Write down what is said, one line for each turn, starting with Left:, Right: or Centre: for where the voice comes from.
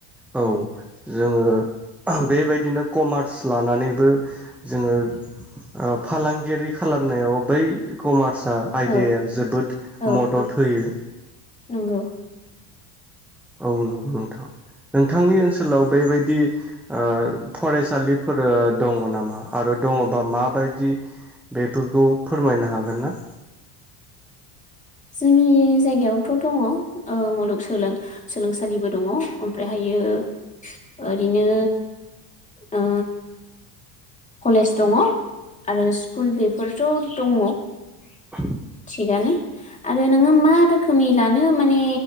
Centre: औ जोङो बेबायदिनो कमार्स लानानैबो जोङो ओ फालांगिरि खालामनायाव बै कमार्स आ आयदाया
Left: औ
Centre: जोबोद
Left: औ
Centre: मदद होयो
Left: नंगौ
Centre: औ नंगौ नोंथां नोंथांनि ओनसोलाव बेबायदि ओ फरायसालिफोर दङ नामा आरो दङबा माबायदि बेफोरखौ फोरमायनो हागोन ना?
Left: जोंनि जायगायावथ' दङ ओ मुलुग सोलों सोलोंसालिबो दङ ओमफ्रायहायो ओरैनो ओ कलेज दङ आरो स्कुल बेफोरथ' दङ।
Centre: <inaudible>
Left: थिगानो आरो नोङो मा रोखोमनि लानो माने